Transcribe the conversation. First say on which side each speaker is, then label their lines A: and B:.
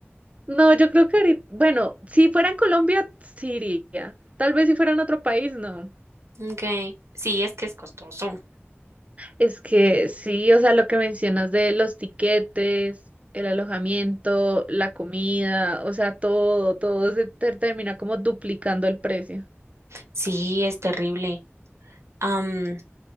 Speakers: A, on the right; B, on the right.
A: No, yo creo que ahorita, bueno, si fuera en Colombia, sí iría. Tal vez si fuera en otro país, no.
B: Ok, sí, es que es costoso.
A: Es que sí, o sea, lo que mencionas de los tiquetes, el alojamiento, la comida, o sea, todo, todo se ter- termina como duplicando el precio.
B: Sí, es terrible. Am,